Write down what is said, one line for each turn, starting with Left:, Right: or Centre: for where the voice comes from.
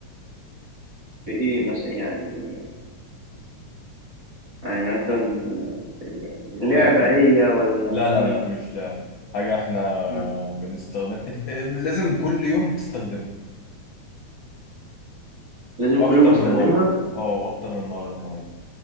Right: في إيه مثلا يعني يعني مثلا يعني لعبة
Left: اقول لك انا
Right: هي ولا
Left: لا لا
Right: مم،
Left: لا مش لعب حاجة احنا
Right: مم.
Left: بنستخدم لازم كل يوم تستخدمها
Right: لازم
Left: أكتر
Right: كل يوم استخدمها
Left: من مرة اه وأكتر من مرة كمان